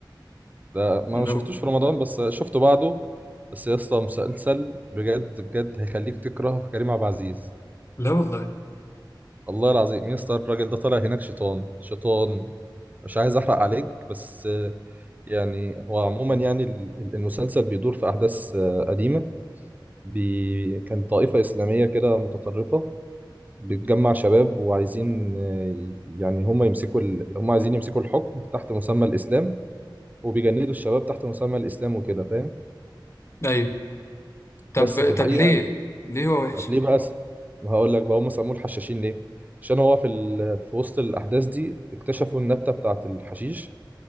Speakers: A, on the right; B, on the left.
A: ده ما
B: لا
A: شفتوش في رمضان بس شفته بعده بس يا اسطى مسلسل بجد بجد هيخليك تكره كريم عبد العزيز
B: لا والله
A: والله العظيم يا اسطى الراجل ده طالع هناك شيطان شيطان مش عايز احرق عليك بس يعني هو عموما يعني ال- ال- المسلسل بيدور في أحداث آه، قديمة بي... كان طائفة إسلامية كده متطرفة بتجمع شباب وعايزين آه، يعني هم يمسكوا ال... هم عايزين يمسكوا الحكم تحت مسمى الإسلام وبيجندوا الشباب تحت مسمى الإسلام وكده فاهم
B: ايوه طب
A: بس في الحقيقة
B: طب ليه ليه هو وحش
A: ليه بقى س- هقول لك بقى هم سموه الحشاشين ليه عشان هو في ال... في وسط الأحداث دي اكتشفوا النبتة بتاعة الحشيش